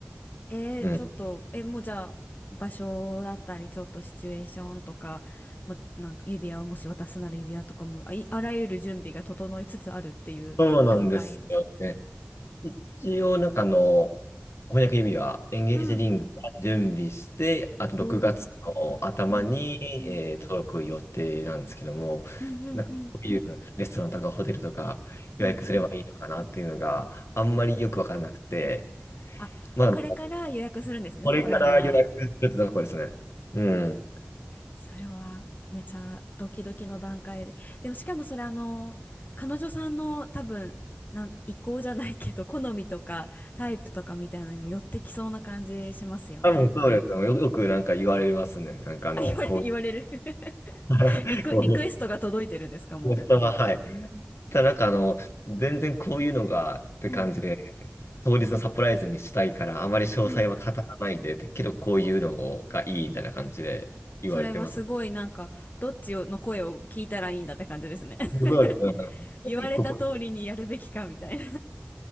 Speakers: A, on the left; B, on the left.
A: えー、
B: うん。
A: ちょっと、え、もうじゃあ、場所だったり、ちょっとシチュエーションとか、もうなんか指輪をもし渡すなら指輪とかも、あ、い、あらゆる準備が整いつつあるっていう段階です。
B: そうなんですよね。一応、なんかあの、翻訳指輪、エンゲージリングは準備して、
A: うん
B: あと6月の頭に、
A: おお。うんうん
B: えー届く予定なんですけども、
A: うんうんうん
B: なんかどういうレストランとかホテルとか予約すればいいのかなっていうのがあんまりよくわからなくて、
A: うんうんあ、
B: まだなんか
A: これから予約するんですね、
B: これから予約するってとこですね。
A: そこら辺は。
B: うん。
A: それはめちゃドキドキの段階で。でもしかもそれあの、彼女さんの多分、なん、意向じゃないけど、好みとかタイプとかみたいなのにも寄ってきそうな感じしますよね。
B: 多分そうですよ。よよくなんか言われますね。なんかあの、
A: あ、言われ、
B: こう、
A: 言われる
B: <laughs>
A: <laughs> リク、
B: こうい
A: リクエストが届いてるんですか、も
B: うは、はい。ただなんかあの、全然こういうのがって感じで、
A: う。うん、
B: 当日のサプライズにしたいから、あまり詳細は語らないで、
A: うん。
B: けどこういうのがいいみたいな感じで言われてます。
A: それはすごいなんか、どっちの声を聞いたらいいんだって感じですね。<laughs>
B: そうですねなんかここ
A: 言われた通りにやるべきかみたいな